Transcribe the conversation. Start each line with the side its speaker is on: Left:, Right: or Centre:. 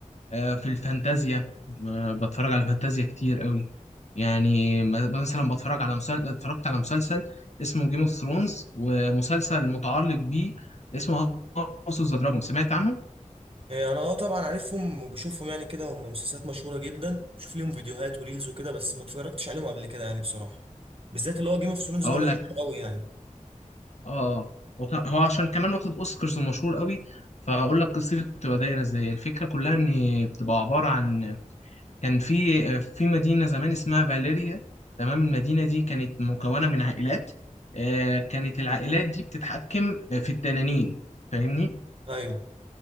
Left: آه، في الفانتازيا آه، بتفرج على فانتازيا كتير قوي يعني م- مثلا بتفرج على مسلسل اتفرجت على مسلسل اسمه جيم اوف ثرونز ومسلسل متعلق بيه اسمه هاوس اوف ذا دراجون سمعت عنه؟
Right: إيه، انا اه طبعا عارفهم وبشوفهم يعني كده هم مسلسلات مشهورة جدا بشوف ليهم فيديوهات وريلز وكده بس ما اتفرجتش عليهم قبل كده يعني بصراحة بالذات اللي هو جيم اوف ثرونز
Left: أقول
Right: ده مشهور
Left: لك
Right: قوي يعني
Left: آه آه. وك- هو عشان كمان واخد أوسكارز ومشهور قوي فأقول لك قصته بتبقى دايرة إزاي الفكرة كلها إن بتبقى عبارة عن كان في في مدينة زمان اسمها فاليريا تمام المدينة دي كانت مكونة من عائلات آه، كانت العائلات دي بتتحكم في التنانين فاهمني
Right: ايوه